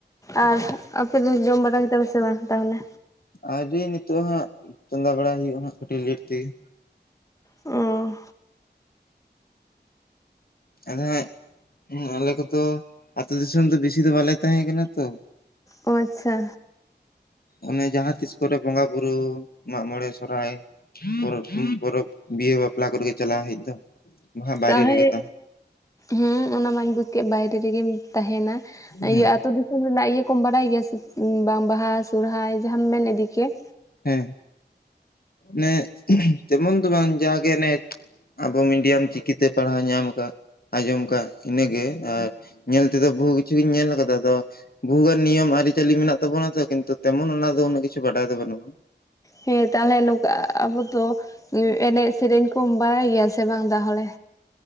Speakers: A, on the left; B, on the left.
A: ᱟᱨ ᱟᱯᱮᱫ ᱫᱚ ᱡᱚᱢ ᱵᱟᱲᱟ ᱠᱮᱫᱟ ᱯᱮ ᱥᱮ ᱵᱟᱝ ᱛᱟᱦᱚᱞᱮ?
B: ᱟᱣᱨᱤ ᱱᱤᱛᱚᱜ ᱦᱟᱸᱜ ᱪᱚᱸᱫᱟ ᱵᱟᱲᱟᱭ ᱦᱩᱭᱩᱜᱼᱟ ᱦᱟᱸᱜ ᱠᱟᱹᱴᱤᱡ ᱞᱮᱴ ᱛᱮᱜᱮ᱾
A: ᱚ᱾
B: ᱟᱫᱚ ᱦᱟᱸᱜ ᱟᱞᱮ ᱠᱚᱫᱚ ᱟᱛᱳ ᱫᱤᱥᱚᱢ ᱫᱚ ᱵᱮᱥᱤ ᱫᱚ ᱵᱟᱞᱮ ᱛᱟᱦᱮᱸ ᱠᱟᱱᱟ ᱛᱚ,
A: ᱚ ᱟᱪᱪᱷᱟ᱾
B: ᱚᱱᱮ ᱡᱟᱦᱟᱸ ᱛᱤᱥ ᱠᱚᱨᱮ ᱵᱚᱸᱜᱟ ᱵᱩᱨᱩ ᱢᱟᱜ ᱢᱚᱬᱮ ᱥᱚᱦᱨᱟᱭ ᱯᱚᱨᱚᱵ ᱯᱚᱨᱚᱵᱽ ᱵᱤᱭᱮ ᱵᱟᱯᱞᱟ ᱠᱚᱨᱮ ᱪᱟᱞᱟᱜ ᱦᱩᱭᱩᱜ ᱫᱚ᱾ ᱵᱟᱝ ᱵᱟᱭᱨᱮ
A: ᱛᱟ ᱦᱮᱸ
B: ᱨᱮᱜᱮ ᱛᱟᱦᱮᱸ
A: ᱦᱩᱸ ᱚᱱᱟ ᱢᱟᱧ ᱵᱩᱡᱽ ᱠᱮᱫ ᱵᱟᱭᱨᱮ ᱨᱮᱜᱮᱢ ᱛᱟᱦᱮᱸᱱᱟ,
B: ᱦᱮᱸ
A: ᱤᱭᱟᱹ ᱟᱹᱛᱩ ᱫᱤᱥᱚᱢ ᱨᱮᱱᱟᱜ ᱤᱭᱟᱹ ᱠᱚᱢ ᱵᱟᱰᱟᱭ ᱜᱮᱭᱟ ᱥᱮ ᱵᱟᱝ ᱵᱟᱦᱟ ᱥᱚᱦᱨᱟᱭ ᱡᱟᱦᱟᱸᱢ ᱢᱮᱱ ᱤᱫᱤ ᱠᱮᱜ?
B: ᱦᱮᱸ ᱱᱮ ᱛᱮᱢᱚᱱ ᱫᱚ ᱵᱟᱝ ᱡᱟᱜᱮ ᱱᱮ ᱟᱵᱚ ᱢᱤᱰᱤᱭᱟᱢ ᱪᱤᱠᱤᱛᱮ ᱯᱟᱲᱦᱟᱣ ᱧᱟᱢ ᱠᱟᱜ ᱟᱸᱡᱚᱢ ᱠᱟᱜ ᱤᱱᱟᱹᱜᱮ, ᱟᱨ ᱧᱮᱞ ᱛᱮᱫᱚ ᱵᱚᱦᱩ ᱠᱤᱪᱷᱩ ᱜᱮᱧ ᱧᱮᱞ ᱠᱟᱫᱟ ᱟᱫᱚ-ᱼ ᱵᱷᱩᱜᱟᱱ ᱱᱤᱭᱚᱢ ᱟᱹᱨᱤᱪᱟᱹᱞᱤ ᱢᱮᱱᱟᱜ ᱛᱟᱵᱚᱱᱟ ᱛᱚ ᱠᱤᱱᱛᱩ ᱛᱮᱢᱚᱱ ᱚᱱᱟ ᱫᱚ ᱩᱱᱟᱹᱜ ᱠᱤᱪᱷᱩ ᱵᱟᱰᱟᱭ ᱫᱚ ᱵᱟᱹᱱᱩᱜᱼᱟ᱾
A: ᱦᱮᱸ ᱛᱟᱦᱚᱞᱮ ᱱᱚᱝᱠᱟ ᱟᱵᱚ ᱫᱚ ᱮᱱᱮᱡ ᱥᱮᱨᱮᱧ ᱠᱚ ᱵᱟᱲᱟᱭ ᱜᱮᱭᱟ ᱥᱮ ᱵᱟᱝ ᱫᱟᱦᱚᱞᱮ?